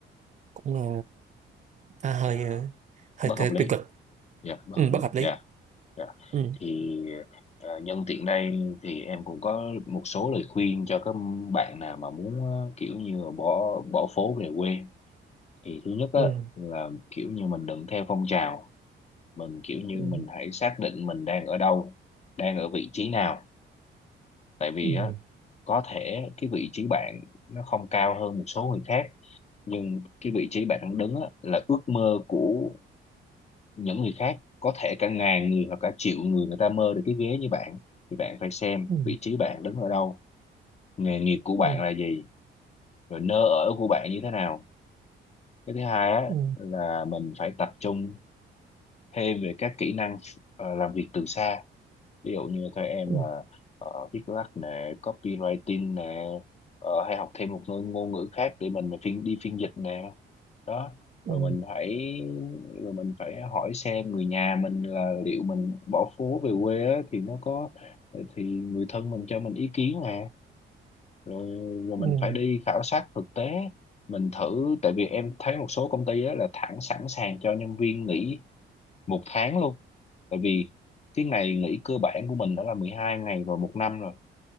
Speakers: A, on the right; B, on the left.
A: cũng ờ, nó hơi
B: dạ
A: ờ, hơi
B: bất
A: tiêu
B: hợp lý
A: tiêu cực
B: dạ bất
A: ừ,
B: hợp lý
A: bất hợp lý
B: dạ dạ
A: ừ,
B: thì à, nhân tiện đây thì em cũng có một số lời khuyên cho các bạn nào mà muốn ờ, kiểu như là bỏ bỏ phố về quê thì thứ nhất á
A: ừ,
B: là kiểu như mình đừng theo phong trào mình kiểu như
A: ừ,
B: mình hãy xác định mình đang ở đâu đang ở vị trí nào tại vì
A: ừ,
B: á có thể cái vị trí bạn nó không cao hơn một số người khác nhưng cái vị trí bạn đang đứng á, là ước mơ của những người khác có thể cả ngàn người hoặc cả triệu người người ta mơ được cái vé như bạn thì bạn phải xem
A: ừ,
B: vị trí bạn đứng ở đâu nghề nghiệp của
A: ừ,
B: bạn là gì rồi nơi ở của bạn như thế nào cái thứ hai á
A: ừ,
B: là mình phải tập trung thêm về các kỹ năng ờ, làm việc từ xa ví dụ như theo em
A: ừ,
B: là ờ, viết lách nè copywriting nè ờ, hay học thêm một ngôn ngôn ngữ khác để mình phiên đi phiên dịch nè đó
A: ừ,
B: rồi mình phải rồi mình phải hỏi xem người nhà mình là liệu mình bỏ phố về quê á, thì nó có thì người thân mình cho mình ý kiến nè rồi rồi
A: ừ,
B: mình phải đi khảo sát thực tế mình thử tại vì em thấy một số công ty á, là thẳng sẵn sàng cho nhân viên nghỉ một tháng luôn tại vì cái ngày nghỉ cơ bản của mình đã là 12 ngày rồi một năm rồi